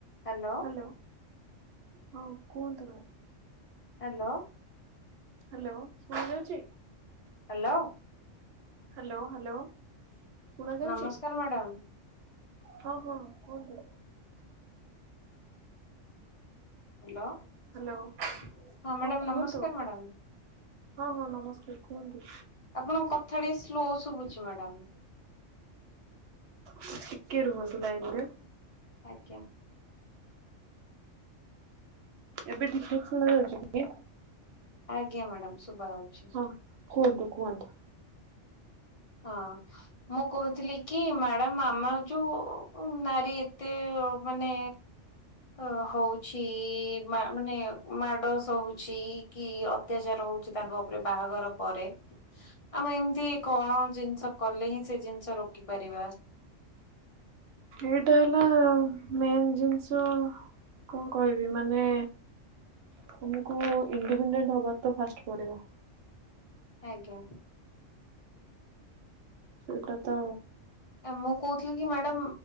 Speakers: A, on the left; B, on the right.
A: Hello
B: hello. ହଁ କୁହନ୍ତୁ ma'am.
A: Hello.
B: Hello. ଶୁଣି ଯାଉଛି?
A: ହାଲୋ।
B: Hello hello. ଶୁଣାଯାଉଛି।
A: ନମସ୍କାର ମ୍ୟାଡ଼ାମ
B: ହଁ, ହଁ କୁହନ୍ତୁ।
A: ହାଲୋ।
B: ହ୍ୟାଲୋ
A: ହଁ
B: ହଁ
A: ମ୍ୟାଡ଼ାମ।
B: କୁହନ୍ତୁ
A: ନମସ୍କାର ମ୍ୟାଡ଼ାମ୍।
B: ହଁ ହଁ। ନମସ୍କାର କୁହନ୍ତୁ।
A: ଆପଣଙ୍କ କଥା ଟିକେ ସ୍ଲୋ ଶୁଭୁଛି ମ୍ୟାଡାମ।
B: ଟିକେ ରୁହନ୍ତୁ ଲାଇନ ରେ।
A: ଆଜ୍ଞା।
B: ଏବେ ଠିକ ଶୁଣା ଯାଉଛି କି?
A: ଆଜ୍ଞା ମ୍ୟାଡ଼ାାମ ଶୁଭା ହଉଛି।
B: ହଁ କୁହନ୍ତୁ କୁହନ୍ତୁ।
A: ହଁ। ମୁଁ କହୁଥିଲି କି? ମ୍ୟାଡାମ ଆମ ଯୋଉ ନାରୀ ଏତେ ମାନେ ଆ ହଉଛି ମାନେ ମାଡ ସହୁଛି କି ଅତ୍ୟାଚାର ହଉଛି ତାଙ୍କ ଉପରେ ବାହାଘର ପରେ ଆମେ ଏମିତି କଣ ଜିନିଷ କଲେ ହିଁ ସେ ଜିନିଷ ରୋକି ପାରିବା?
B: ଏଇଟା ହେଲା ମେନ୍ ଜିନିଷ କଣ କହିବି? ମାନେ ତମକୁ ଇଣ୍ଡିପେଣ୍ଡେଣ୍ଟ ହବାର ତ ଫାଷ୍ଟ ପଡିବ।
A: ଆଜ୍ଞା।
B: ସେଟା ତ
A: ମୁଁ କହୁଥିଲି କି ମ୍ୟାଡାମ